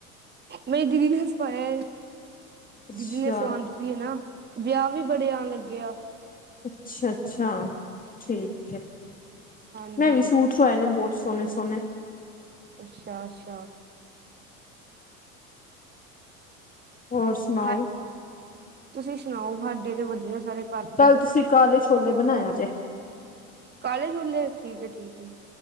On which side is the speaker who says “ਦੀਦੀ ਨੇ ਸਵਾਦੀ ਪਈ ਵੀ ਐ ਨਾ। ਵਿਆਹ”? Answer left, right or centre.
Right